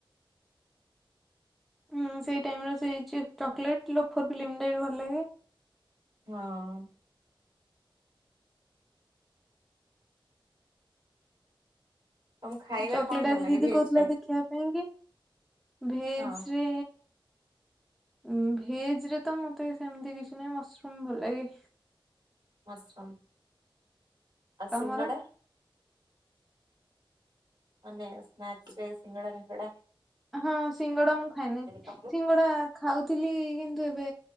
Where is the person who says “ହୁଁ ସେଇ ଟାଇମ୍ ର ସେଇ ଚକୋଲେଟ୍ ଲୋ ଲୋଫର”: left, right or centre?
Centre